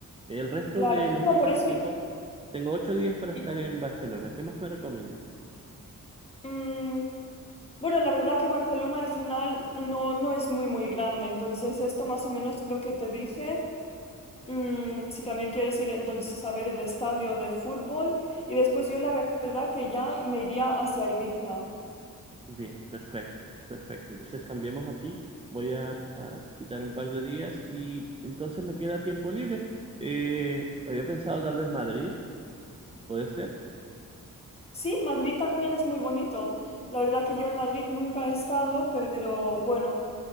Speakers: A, on the right; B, on the left.
A: El resto
B: Claro.
A: de los
B: No,
A: días
B: por eso.
A: tengo,
B: y-
A: tengo ocho días para estar
B: y,
A: en Barcelona. ¿Qué más me recomiendas?
B: mm, bueno, la verdad que Barcelona al final no, no es muy, muy grande. Entonces, esto más o menos lo que te dije. Mm, si también quieres ir entonces a ver el estadio de fútbol y después yo la ver- verdad que ya me iría hacia Ibiza.
A: Bien, perfecto, perfecto. Entonces cambiemos aquí. Voy a, a quitar un par de días y entonces me queda tiempo libre. Eh, había pensado tal vez Madrid, ¿puede ser?
B: Sí, Madrid también es muy bonito. La verdad que yo en Madrid nunca he estado, pero bueno,